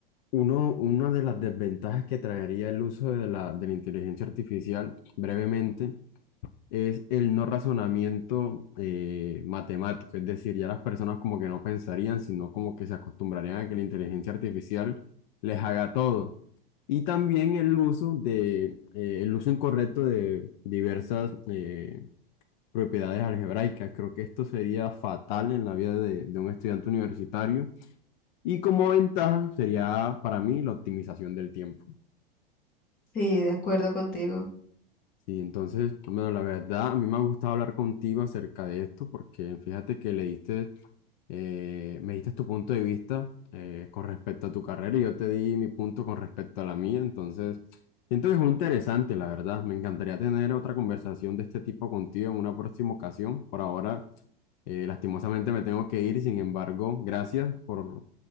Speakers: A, on the left; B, on the left.
A: uno, una de las desventajas que traería el uso de la, de la inteligencia artificial, brevemente, es el no razonamiento eh, matemático. Es decir, ya las personas como que no pensarían, sino como que se acostumbrarían a que la inteligencia artificial les haga todo. Y también el uso de, eh, el uso incorrecto de diversas, eh, propiedades algebraicas. Creo que esto sería fatal en la vida de, de un estudiante universitario y como ventaja sería para mí la optimización del tiempo.
B: Sí, de acuerdo contigo.
A: Y entonces, bueno, la verdad, a mí me ha gustado hablar contigo acerca de esto porque fíjate que le diste Eh, me diste tu punto de vista eh, con respecto a tu carrera y yo te di mi punto con respecto a la mía. Entonces, siento que es muy interesante, la verdad. Me encantaría tener otra conversación de este tipo contigo en una próxima ocasión. Por ahora, eh, lastimosamente me tengo que ir. Sin embargo, gracias por